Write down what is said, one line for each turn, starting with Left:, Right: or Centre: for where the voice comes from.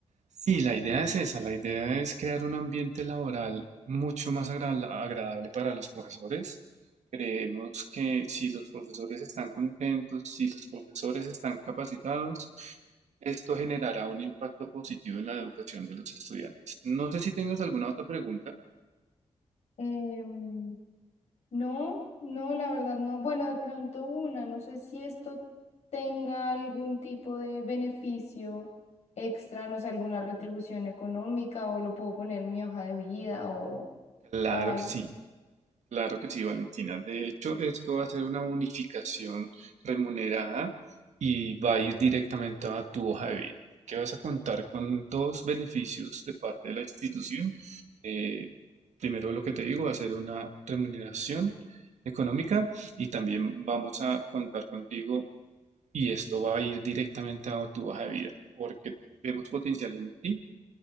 Right: Sí, la idea es esa, la idea es crear un ambiente laboral mucho más agra- agradable para los profesores. Creemos que si los profesores están contentos, si los profesores están capacitados, esto generará un impacto positivo en la educación de los estudiantes. No sé si tengas alguna otra pregunta.
Left: Em, no, no, la verdad no. Bueno, de pronto una, no sé si esto tenga algún tipo de beneficio extra, no sé, alguna retribución económica o lo puedo poner en mi hoja de vida o,
Right: Claro
Left: o algo.
Right: que sí. Claro que sí, Valentina. De hecho, esto va a ser una unificación remunerada y va a ir directamente a tu hoja de vida. Que vas a contar con dos beneficios de parte de la institución. Eh, primero, lo que te digo, va a ser una remuneración económica y también vamos a contar contigo y esto va a ir directamente a tu hoja de vida porque vemos potencial en ti.